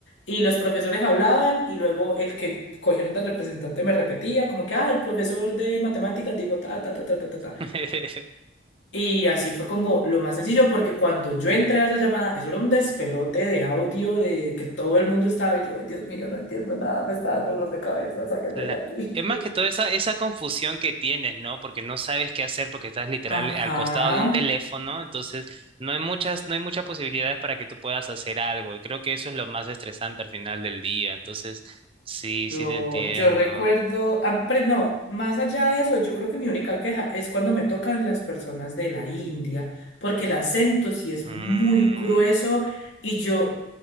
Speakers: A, on the left; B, on the right.
A: y los profesores hablaban y luego el que cogieron de representante me repetía, como que, ah, el profesor de matemáticas dijo ta, ta, ta, ta, ta, ta, ta.
B: <laughs>
A: Y así fue como lo más sencillo, porque cuando yo entré a esa llamada, eso era un despelote de audio, de que todo el mundo estaba, y yo, Dios mío, no entiendo nada, me está dando dolor de cabeza, sáquenme
B: La-
A: de aquí.
B: Es más que toda esa, esa confusión que tienes, ¿no? Porque no sabes qué hacer porque estás literal
A: Ajá.
B: al costado de un teléfono, entonces no hay muchas, no hay muchas posibilidades para que tú puedas hacer algo, y creo que eso es lo más estresante al final del día, entonces sí,
A: Yo,
B: sí te entiendo.
A: yo recuerdo, ah, pre- no, más allá de eso, yo creo que mi única queja es cuando me tocan las personas de la India, porque el acento sí es muy
B: Mm.
A: grueso y yo